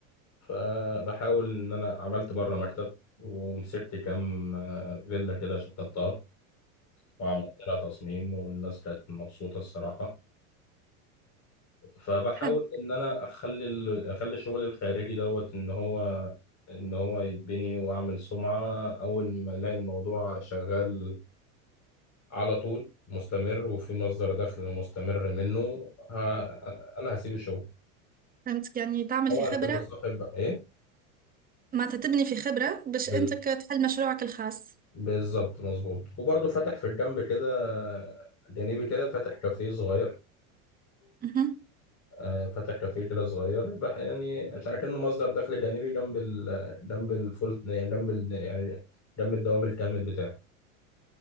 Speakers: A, on the left (about 40°); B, on the right (about 20°).
A: فبحاول ان انا عملت بره مكتب ومسكت كام آه، فيلا كده شطبتها وعملت لها تصميم والناس كانت مبسوطه الصراحه فبحاول
B: حلو
A: ان انا اخلي ال... اخلي الشغل الخارجي دوت ان هو ان هو يتبني واعمل سمعه اول ما الاقي الموضوع شغال على طول مستمر وفي مصدر دخل مستمر منه ها انا هسيب الشغل
B: فهمتك يعني تعمل
A: طبعا
B: في خبرة
A: تبقى صاحب بقى ايه
B: معناتها تبني في خبرة باش
A: بال-
B: انت ك- تحل مشروعك الخاص
A: بالظبط مظبوط وبرضه فاتح في الجنب كده جانبي كده فاتح كافيه صغير
B: مهم.
A: آه، فاتح كافيه كده صغير بح يعني عشان كأنه مصدر دخل جانبي جنب ال جنب الفول يعني جنب ال يعني جنب الدوام الكامل بتاعي